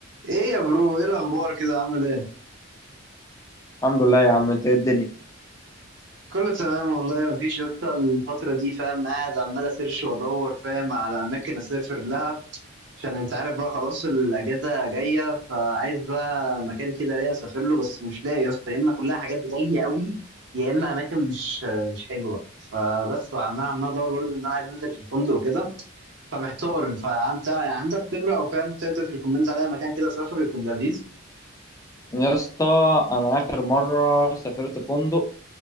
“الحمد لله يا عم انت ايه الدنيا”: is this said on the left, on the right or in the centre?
Left